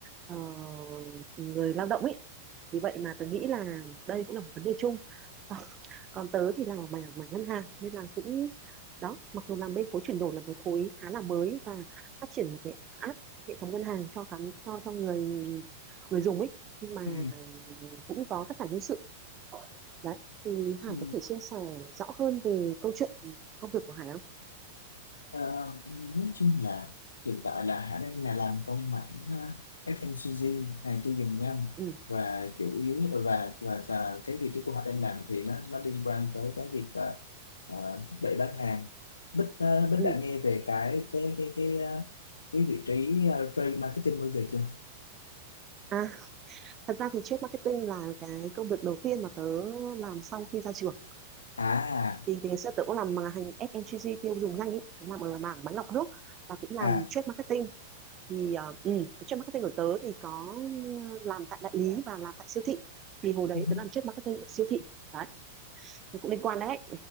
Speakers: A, on the right; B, on the left.
A: ờ, người lao động ấy. Vì vậy mà tôi nghĩ là đây cũng là một vấn đề chung. <laughs> còn tớ thì làm ở mảng mảng ngân hàng nên là cũng đó mặc dù làm bên khối chuyển đổi là cái khối khá là mới và phát triển một cái app hệ thống ngân hàng cho khán cho cho người người dùng ấy nhưng mà
B: Ừ.
A: cũng có cắt giảm nhân sự đấy thì Hải
B: Ừ.
A: có thể chia sẻ rõ hơn về câu chuyện công việc của Hải không?
B: Ờ, nói chung là hiện tại là Hải đang là làm trong mảng ờ, FMCG hàng tiêu dùng nhanh
A: Ừ,
B: và chủ yếu và và, và cái vị trí của Hải đang làm thì nó nó liên quan tới cái việc ờ, ờ, thúc đẩy bán hàng Bích ờ, Bích
A: ừ.
B: đã nghe về cái cái cái cái ờ, cái vị trí ờ, trade marketing bao giờ chưa
A: À, thật ra thì trade marketing là cái công việc đầu tiên mà tớ làm sau khi ra trường.
B: à
A: Thì ngày xưa tớ cũng làm mà hành FMCG tiêu dùng nhanh ấy, tớ làm ở mảng máy lọc nước và cũng làm
B: à
A: trade marketing thì ờ, ừ, trade marketing của tớ thì có ờ, làm tại đại lý và làm tại siêu thị thì hồi đấy
B: cũng
A: tớ làm trade marketing ở siêu thị đấy nó cũng liên quan đấy